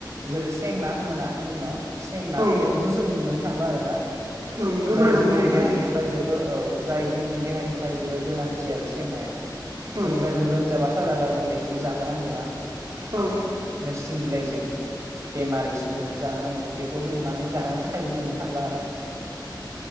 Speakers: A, on the right (about 40°); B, on the right (about 55°).
A: जेरै सेंना होनो ना जोंनाव सेंना
B: औ
A: बेखौसो जों नुनो थांला आरो ना
B: औ गोमालांनो
A: जाय जोंनि
B: हमबाय
A: देहानि थाखाय जोबोर औ जाय जोंनि देहानि थाखाय जोबोर गोनांथि आरो सेंनाया
B: औ
A: जों जायबो लोमजाबा साजाबा जों बेखौ जाहोनांगौना
B: औ
A: नोरसिं बिलाइजों बेमारि सुबुंनो जाहोनांगौ बेखौ जोङो माने जाहोनो थाखायबो मोननो थांला आरो